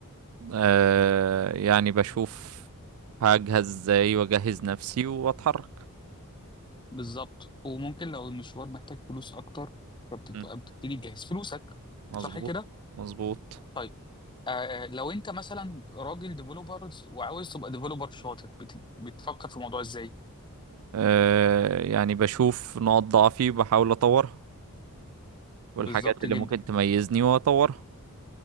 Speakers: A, on the right; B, on the left.
A: آه يعني بشوف هجهز ازاي واجهز نفسي واتحرك
B: بالظبط وممكن لو المشوار محتاج فلوس اكتر فبتبقى
A: مم.
B: بتبتدي تجهز فلوسك
A: مظبوط
B: صح كده
A: مظبوط
B: طيب. آه، آه، لو انت مثلا راجل ديفلوبرز وعاوز تبقى ديفلوبر شاطر بت... بتفكر في الموضوع ازاي
A: آه يعني بشوف نقط ضعفي وبحاول اطورها والحاجات
B: بالظبط
A: اللي
B: جدا
A: ممكن تميزني واطورها